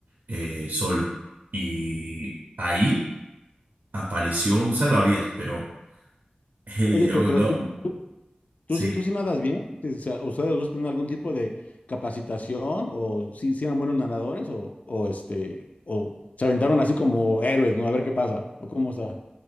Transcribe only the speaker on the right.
eh, solo. Y ahí apareció un salvavidas, pero <laughs> eh,
yo
no,
sí.